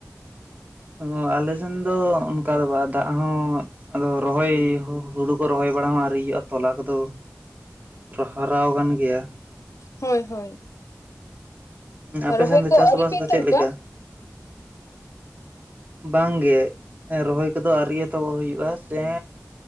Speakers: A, on the right; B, on the left.
A: ᱚ ᱟᱞᱮᱥᱮᱱ ᱫᱚ ᱚᱱᱠᱟ ᱫᱚ ᱵᱟᱝ ᱫᱟᱜ ᱦᱚᱸ ᱟᱫᱚ ᱨᱚᱦᱚᱭ ᱦᱚᱸ ᱦᱩᱲᱩ ᱠᱚ ᱨᱚᱦᱚᱭ ᱵᱟᱲᱟ ᱢᱟ ᱟᱹᱣᱨᱤ ᱦᱩᱭᱩᱜ-ᱟ ᱛᱚᱞᱟ ᱠᱚᱫᱚ ᱦᱟᱨᱟᱣ ᱟᱠᱟᱱ ᱜᱮᱭᱟ᱾
B: ᱦᱳᱭ ᱦᱳᱭ,
A: ᱟᱯᱮ
B: ᱨᱚᱦᱚᱭ
A: ᱥᱮᱱ ᱫᱚ
B: ᱠᱚ
A: ᱪᱟᱥᱵᱟᱥ
B: ᱟᱹᱣᱨᱤ ᱯᱮ
A: ᱫᱚ
B: ᱮᱛᱚᱦᱚᱵᱟ?
A: ᱪᱮᱫ ᱞᱮᱠᱟ? ᱵᱟᱝ ᱜᱮ ᱨᱚᱦᱚᱭ ᱠᱚᱫᱚ ᱟᱨ ᱟᱣᱨᱤ ᱮᱛᱚᱦᱚᱵ ᱦᱩᱭᱩᱜ-ᱟ, ᱥᱮ